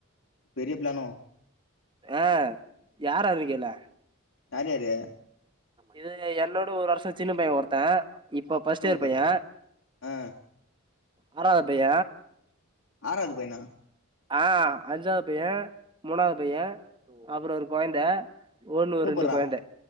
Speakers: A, on the left; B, on the right.
A: பெரிய பிளானோ
B: ஆ யாராரு கேளே
A: யார் யாரு
B: இது என்னோட ஒரு வருஷ சின்ன பைய ஒருத்த இப்ப ஃபஸ்ட்
A: சூப்பர்
B: இயர் பைய
A: ஆ
B: ஆறாத பைய
A: ஆறாவது பையனா
B: ஆ அஞ்சாவது பைய மூணாவது பைய அப்றோ ஒரு கொய்ந்த ஒண்ணு
A: சூப்பர்ரா
B: ரெண்டு கொய்ந்த